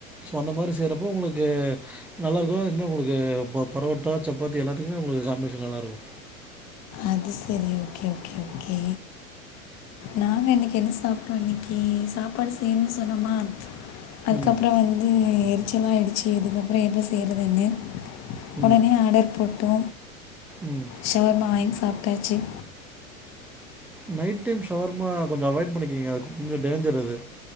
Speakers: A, in the centre; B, on the left.
A: சோ அந்த மாரி செய்றப்போ உங்களுக்கு நல்லா இருக்கும் இன்னு உங்களுக்கு ப பரோட்டா சப்பாத்தி எல்லாத்துக்குமே உங்களுக்கு காமினேஷன் நல்லா இருக்கு.
B: அது செரி எ ஓகே ஓகே ஓகே நாங்க இன்னக்கி என்ன சாப்ட்டோ இன்னக்கி சாப்பாடு செய்னுன்னு சொன்னோமா அதுக்கப்புறோ
A: ம்.
B: வந்து இது நிச்சயோ எல்லா ஆய்டுச்சு இதுக்கப்புறோ எப்ப செய்யறதுன்னு. உடனே
A: ம்.
B: ஆடர் போட் ப்போ?
A: ம்.
B: ஷவர்மா வாங்கி சாப் <unintelligible>
A: நைட் டைம் ஷவர்மா கொஞ்சோ அவாய்ட் பண்ணிக்கிங்க. அது கொஞ்சோ டேஞ்சர் அது.